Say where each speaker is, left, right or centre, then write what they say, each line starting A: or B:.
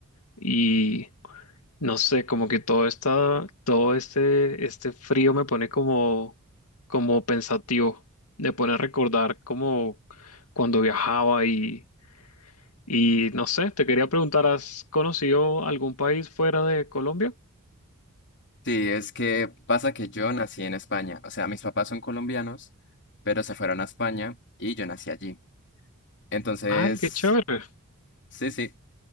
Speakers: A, on the left; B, on the left.
A: y no sé, como que todo está, todo este, este frío me pone como, como pensativo, me pone a recordar como cuando viajaba y, y no sé, te quería preguntar, ¿has conocido algún país fuera de Colombia?
B: Sí, es que pasa que yo nací en España, o sea, mis papás son colombianos, pero se fueron a España y yo nací allí. Entonces,
A: Ay, qué chévere.
B: sí, sí,